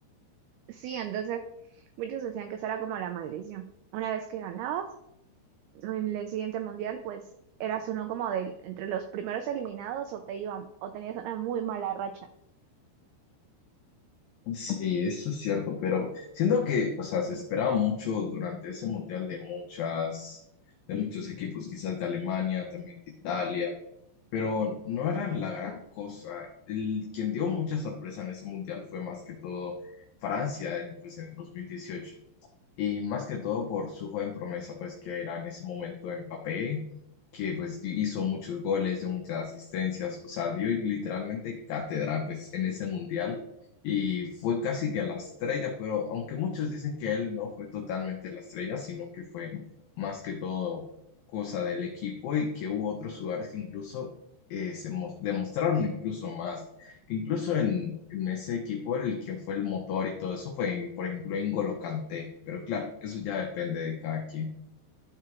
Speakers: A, on the right; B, on the left.
A: Sí, entonces muchos decían que esa era como la maldición. Una vez que ganabas, en el siguiente mundial, pues eras uno como de entre los primeros eliminados o te iban, o tenías una muy mala racha.
B: Sí, eso es cierto, pero siento que, o sea, se esperaba mucho durante ese mundial de muchas, de muchos equipos, quizás de Alemania, también de Italia, pero no eran la gran cosa. El, quien dio mucha sorpresa en ese mundial fue más que todo Francia, en, pues en el 2018. Y más que todo por su joven promesa, pues que era en ese momento Mbappé, que pues di- hizo muchos goles, dio muchas asistencias, o sea, dio literalmente cátedra pues en ese mundial y fue casi que la estrella, pero aunque muchos dicen que él no fue totalmente la estrella, sino que fue más que todo cosa del equipo y que hubo otros jugadores que incluso eh, se mos- demostraron incluso más que incluso en, en ese equipo el quien fue el motor y todo eso fue, por ejemplo, N'Golo Kanté, pero claro, eso ya depende de cada quien.